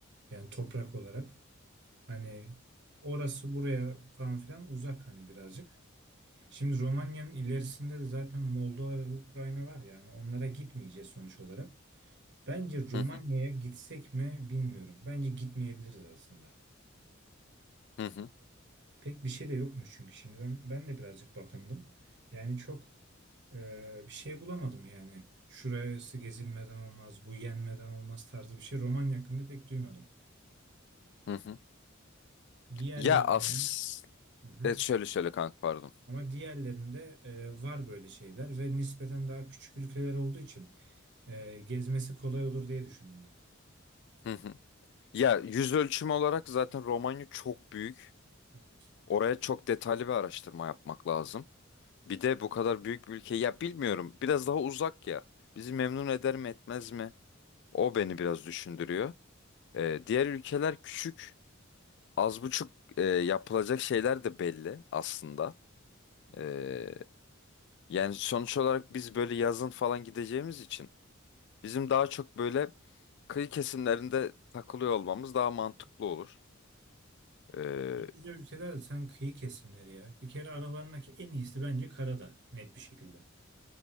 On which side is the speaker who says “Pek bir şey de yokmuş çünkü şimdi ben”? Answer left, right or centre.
Right